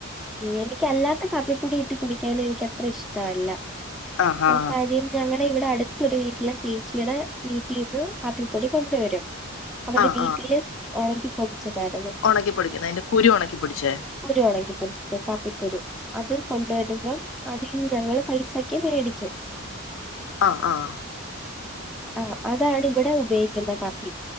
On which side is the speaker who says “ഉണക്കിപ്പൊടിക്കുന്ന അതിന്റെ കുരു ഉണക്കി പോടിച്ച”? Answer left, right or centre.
Left